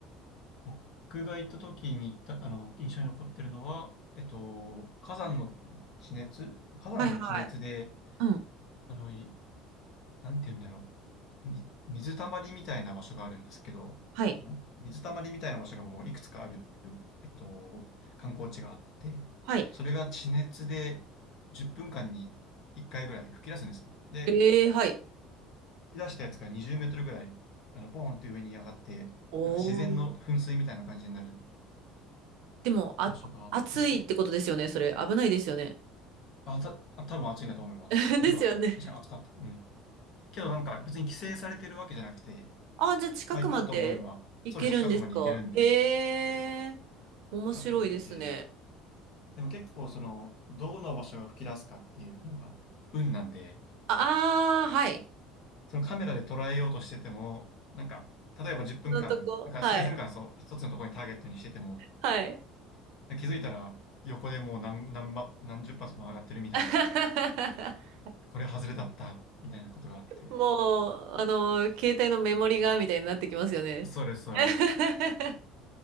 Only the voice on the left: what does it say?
僕が行った時に行った、あの、印象に残ってるのは、えっと、火山の地熱火山の地熱で、
あの、いなんて言うんだろう。み、水たまりみたいな場所があるんですけど、
なん水たまりみたいな場所がもういくつかある、えっと、観光地があって、
それが地熱で10分間に1回ぐらい吹き出すんですね。で、
吹き出したやつが20メートルぐらい、あの、ポーンって上に上がって、なんか自然の噴水みたいな感じになる
場所があって、
あ、た、あ、多分暑いんだと思います。
なんか、確かに暑かった。うん。けどなんか別に規制されてるわけじゃなくて、
まあ、行こうと思えば、ソウル近くまで行けるんで、
近くで見て、でも結構その、どの場所が吹き出すかっていうのが運なんで、
そのカメラで捉えようとしてても、なんか、例えば10分間、
なんか数分間そう、
一つのところにターゲットにしてても、
気づいたら横でもう何、何ま、何十発も上がってるみたいな、
これ外れだった、みたいなことがあって、
そうです、そうです。